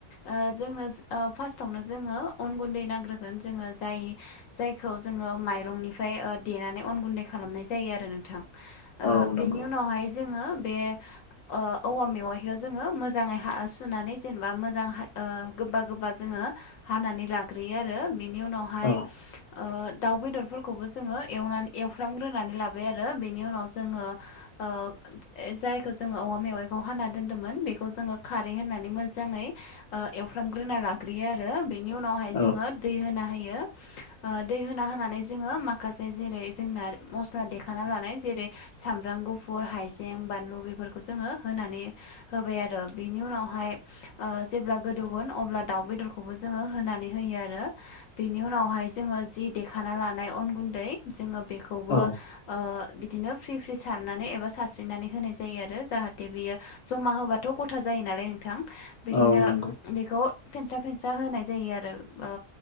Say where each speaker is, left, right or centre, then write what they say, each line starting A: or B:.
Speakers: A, on the left; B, on the left.
A: ओ जोंनो ओ फार्स्टावनो जोङो अन गुन्दै नांग्रोगोन श। जोङो जाय जायखौ जोङो माइरंनिफ्राय ओ देनानै अन गुन्दै खालामनाय जायो आरो नोंथां। ओ
B: औ नंगौ
A: बेनि उनाव जो ङो बे ओ औवा मेवायखौ जोङो मोजाङै सुनानै जेनेबा मोजां गोबा गोबा जोङो हानानै लाग्रोयो आरो बेनि उनावहाय
B: औ
A: ओ दाउ बेदरफोरखौबो जोङो एवनानै एवफ्रामग्रोनानै लाबाय आरो बेनि उनाव जोङो ओ जायखौ जोङो औवा मेवाइखौ हाना दोन्दोंमोन बेखौ जोङो खारै होननानै मोजाङै ओ एवफ्राम ग्रोना लाग्रोयो आरो बेनि उनावहाय
B: औ
A: जोङो दै होना होयो। ओ दै होना होनानै जोङो माखासे जेरै जोंना मस्ला देखाना लानाय जेरै साम ब्राम गुफुर हाइजें बानलु बेफोरखौ जोङो होनानै होबाय आरो। बेनि उनावहाय ओ जेब्ला गोदौ गोन अब्ला दाउ बेदरखौबो जोङो होनानै होयो आरो। बेनि उनावहाय जोङो जि देखानानै ला नाय अन गुन्दै जोङो बिखौबो
B: औ
A: ओ बिदिनो फ्रि फ्रि सारनानै एबा सारस्रिनानै होनाय जायो आरो जाहाथे बियो जमा होबाथ' गथा जायो नालाय नोंथां। बिदिनो
B: औ नोंगौ।
A: बेखौ फेनस्रा फेनस्रा होनाय जायो आरो। ओ